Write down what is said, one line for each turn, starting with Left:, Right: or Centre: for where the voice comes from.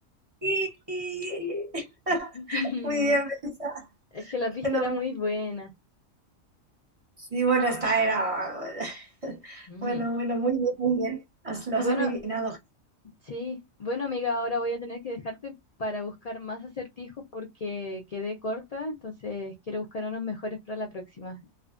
Right: Sí.
Left: <laughs>
Right: Muy bien, Melissa.
Left: Es que la pista
Right: Fenomenal.
Left: era muy buena.
Right: Sí, bueno, esta era. Bueno,
Left: Ujú.
Right: <laughs> bueno, bueno, muy bien, muy bien. Has- lo
Left: Bueno,
Right: has adivinado.
Left: sí. Bueno, amiga, ahora voy a tener que dejarte para buscar más acertijos porque quedé corta, entonces quiero buscar unos mejores para la próxima.